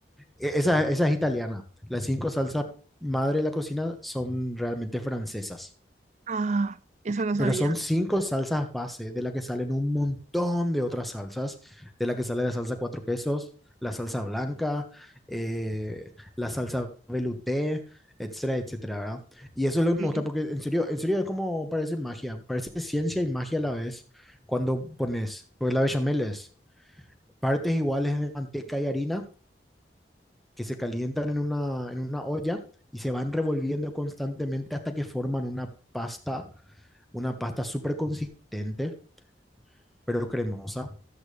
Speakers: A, in the centre; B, on the right (about 40°).
A: E- Esa, esa es italiana. Las cinco salsas madre de la cocina son realmente francesas.
B: Ah, eso no sabía.
A: Pero son cinco salsas base, de la que salen un montón de otras salsas, de la que sale la salsa cuatro quesos, la salsa blanca, eh, la salsa velouté, etcétera, etcétera, ¿verdad? Y eso es lo que
B: Sí,
A: me gusta porque en serio, en serio es como parece magia, parece ciencia y magia a la vez cuando pones, pues la bechamel es partes iguales de manteca y harina que se calientan en una, en una olla y se van revolviendo constantemente hasta que forman una pasta, una pasta súper consistente pero cremosa.